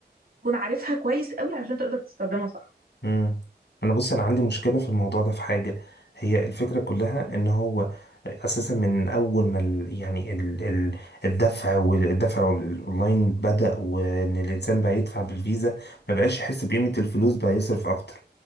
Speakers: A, on the right (about 60°); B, on the left (about 80°).
A: تكون عارفها كويس قوي عشان تقدر تستخدمها صح
B: مم. انا بص انا عندي مشكلة في الموضوع ده في حاجة هي الفكرة كلها ان هو اساسا من اول ما ال يعني ال ال الدفع والدفع الاونلاين بدأ وان الانسان بقى يدفع بالفيزا ما بقاش يحس بقيمة الفلوس بقى يصرف اكتر